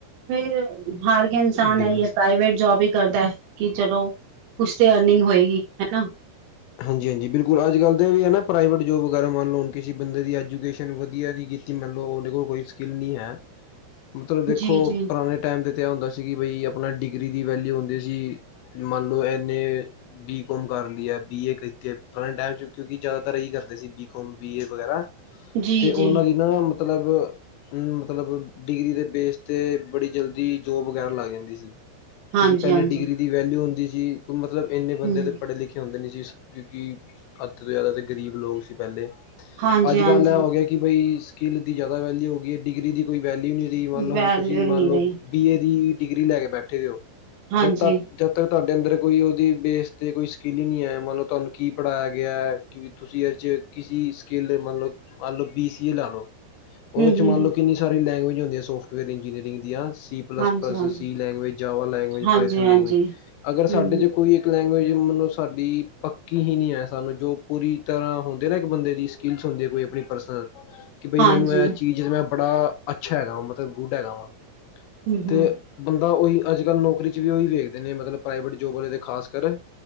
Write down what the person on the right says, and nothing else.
ਫਿਰ ਹਾਰ ਕੇ ਇਨਸਾਨ
ਏਈ ਏ ਪ੍ਰਾਈਵੇਟ ਜੋਬ ਈ ਕਰਦਾ ਐ। ਕਿ ਚਲੋ, ਕੁਛ ਤੇ ਅਰਨਿੰਗ ਹੋਏਗੀ ਹਨਾ।
ਜੀ, ਜੀ,
ਜੀ,
ਜੀ।
ਹਾਂਜੀ,
ਹਾਂਜੀ,
ਹਮ,
ਹਾਂਜੀ,
ਹਾਂਜੀ।
ਵੈਲਿਊ
ਹੀ
ਨਹੀਂ
ਰਹੀ
ਹਾਂਜੀ
ਹੂੰ
ਹੂੰ
ਹਾਂਜੀ
ਹਾਂਜੀ
ਹਾਂਜੀ
ਹਾਂਜੀ
ਹੂੰ ਹੂੰ
ਹਾਂਜੀ
ਹੂੰ ਹੂੰ